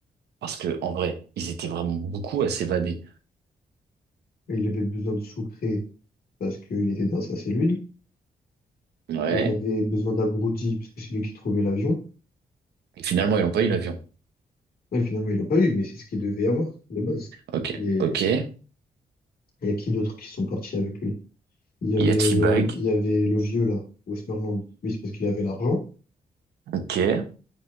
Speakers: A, on the right; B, on the left.
A: Parce que, en vrai, ils étaient vraiment beaucoup à s'évader.
B: Et Il avait besoin de Sucré parce qu'il était dans sa cellule.
A: Ouais.
B: Il avait besoin d'Abruti parce que c'est lui qui trouvait l'avion.
A: Et Finalement, ils n'ont pas eu l'avion.
B: Ouais, finalement, ils l'ont pas eu, mais c'est ce qu'il devait avoir, de base.
A: Ok,
B: Mais
A: ok. Il
B: il y a qui d'autres qui sont partis avec lui? Il y avait,
A: y a T-Bag.
B: euh, il y avait le vieux, là, Westmoreland. Lui, c'est parce qu'il avait l'argent.
A: Ok, ouais,